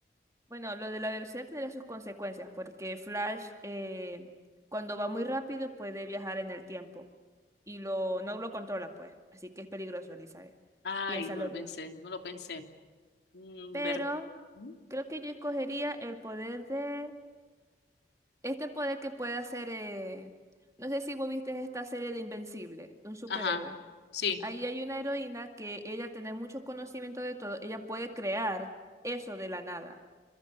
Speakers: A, on the right; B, on the left.
A: Bueno, lo de la velocidad tendría sus consecuencias, porque Flash, eh, cuando va muy rápido, puede viajar en el tiempo y lo, no lo controla, pues. Así que es peligroso, Elizabeth.
B: Ay,
A: Piénsalo
B: no lo
A: bien.
B: pensé, no lo pensé. Mm,
A: Pero
B: ver... Ujú.
A: creo que yo escogería el poder de... Este poder que puede hacer... eh, No sé si vos viste esta serie de Invencible, de un superhéroe.
B: Ajá, sí.
A: Ahí hay una heroína que ella, al tener mucho conocimiento de todo, ella puede crear eso de la nada.